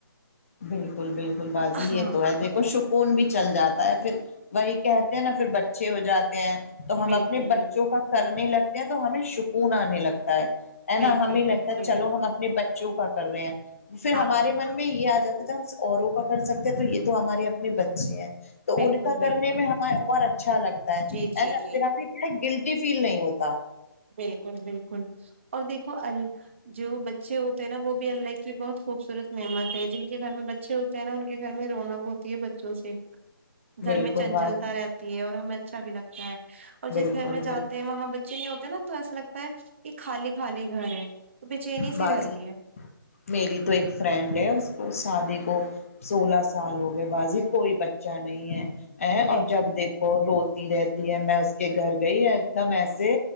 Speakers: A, on the left; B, on the right.
A: بالکل بالکل باجی
B: ہاں
A: یہ تو ہے دیکھ کھو سکون بھی چل جاتا ہے پھر وہی کہتے ہیں نا پھر بچے ہو جاتے ہیں تو ہم
B: بالکل
A: اپنے بچوں
B: بال
A: کا کرنے لگتے ہیں تو ہمیں سکون آنے لگتا ہے ہے
B: بالکل
A: نا ہمیں لگتا
B: بالکل
A: ہے چلو
B: بالکل
A: ہم اپنے بچوں کا کر رہے ہیں پھر ہمارے
B: ہاں
A: من میں یہ آ ج ہم اوروں کا کر سکتے ہیں تو یہ تو ہمارے اپنے بچے ہیں تو
B: بالکل
A: ان کا
B: بالکل
A: کرنے میں ہمیں اور اچھا لگتا ہے
B: جی جی
A: نا
B: جی
A: پھر ہم
B: جی
A: کیا ہے گل فیل نہیں ہوتا
B: بالکل بالکل اور دیکھو ال جو بچے ہوتے ہیں نا وہ بھی اللہ کی بہت خوبصورت نعمت ہے جن کے گھر میں بچے ہوتے ہیں نا ان کے گھر میں رونق ہوتی ہے بچوں سے گھر
A: بالکل
B: میں چنچلتا
A: بات
B: رہتی ہے اور ہمیں اچھا بھی لگتا ہے اور
A: بالکل
B: جس گھر میں جات
A: بالکل
B: وہاں بچے نہیں ہوتے نا تو ایسا لگتا ہے کہ خالی خالی گھر ہے تو چینی سی
A: بضی
B: رہتی ہے
A: میری تو ایک فرینڈ ہے اس کو شادی کو سولہ سال ہو گئے بازی کوئی بچہ نہیں ہے ا
B: بالکل
A: اور جب دیکھو روتی رہتی ہے میں اس کے گھر گئی ایک دم ایسے